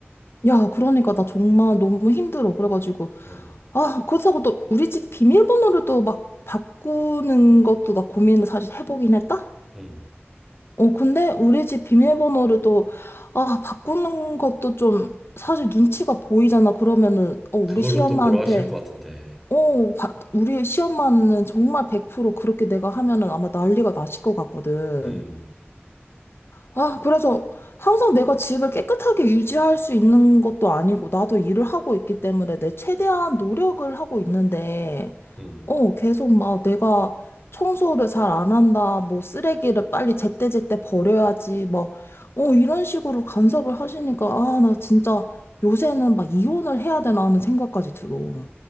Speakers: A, on the left; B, in the centre.
A: 야, 그러니까 나 정말 너무 힘들어. 그래가지고.
B: 음,
A: 아, 그렇다고 또 우리 집 비밀번호를 또 막 바꾸는 것도 나 고민을 사실 해보긴 했다?
B: 음.
A: 어, 근데 우리 집 비밀번호를 또, 아, 바꾸는 것도 좀 사실 눈치가 보이잖아. 그러면은, 어, 우리
B: 그걸로
A: 시엄마한테,
B: 또 뭐라 하실 것 같은데.
A: 어, 바- 우리 시엄마는 정말 100% 그렇게 내가 하면은 아마 난리가 나실 것 같거든.
B: 음,
A: 아, 그래서 항상 내가 집을 깨끗하게 유지할 수 있는 것도 아니고, 나도 일을 하고 있기 때문에 내 최대한 노력을 하고 있는데,
B: 음.
A: 어, 계속 막 내가 청소를 잘 안 한다, 뭐 쓰레기를 빨리 제때제때 버려야지, 뭐, 어, 이런 식으로 간섭을 하시니까, 아, 나 진짜 요새는 막 이혼을 해야 되나 하는 생각까지 들어.